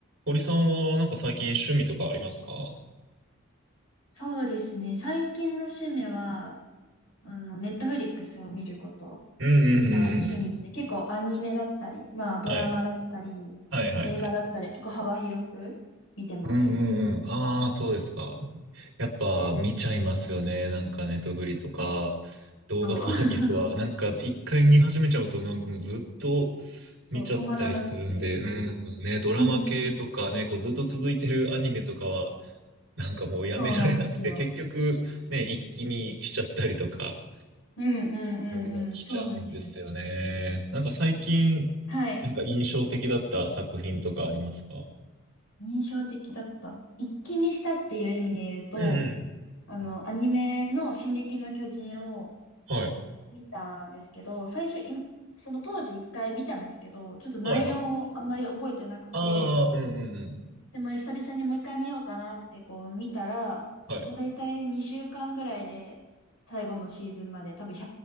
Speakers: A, on the right; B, on the left.
A: 堀さんはなんか最近趣味とかありますか
B: そうですね。最近の趣味は、あの、ネットフリックスを見ること
A: うんうんうんうんうん。
B: が趣味ですね。結構アニメだったり、まあドラマだったり、
A: はい。はいはいはい。
B: 映画だったり、結構幅広く見てます。
A: うんうんうん。ああ、そうですか。やっぱ見ちゃいますよね。なんかネットフリとか動画サービスは。
B: そう、<laughs>
A: なんか一回見始めちゃうとなんかもうずっと
B: そう止まらなくて。
A: 見ちゃったりするんで、うん、ね、ドラマ系とかね、
B: うん
A: こうずっと続いてるアニメとかはなんかもうやめられなくて、
B: そうなんですよ。
A: 結局ね、一気見しちゃったりとか
B: うんうんうんうん。
A: うん、しちゃうんですよね。
B: そうなんですよ。
A: なんか最近、
B: 私、はい。
A: なんか印象的だった作品とかありますか
B: 印象的だった。一気見したっていう意味で言うと、
A: うんうんうん。
B: あの、アニメの「進撃の巨人」を
A: はい。
B: 見たんですけど、最初、いその当時一回見たんですけど、ちょっと内容をあんまり覚えてなくて、
A: はいはい。ああ、うんうんうん。
B: でも久々にもう一回見ようかなってこう見たら、
A: はい。
B: まあ、大体2週間ぐらいで最後のシーズンまで多分1